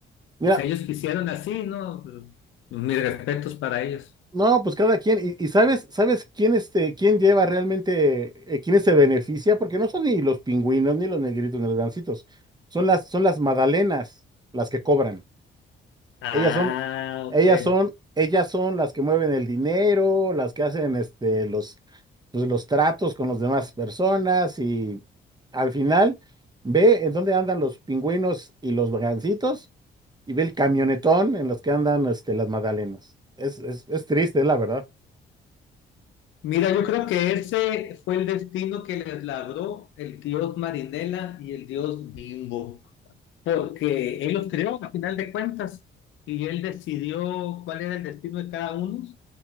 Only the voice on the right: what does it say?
Mira,
no, pues cada quien, y, y sabes, ¿sabes quién este, quién lleva realmente, eh, quiénes se beneficia? Porque no son ni los pingüinos, ni los negritos, ni los gancitos. Son las, son las magdalenas las que cobran.
Ellas son,
ellas son, ellas son las que mueven el dinero, las que hacen este, los, pues, los tratos con las demás personas, y al final, ve en dónde andan los pingüinos y los gancitos y ve el camionetón en los que andan este, las magdalenas. Es, es, es triste, la verdad.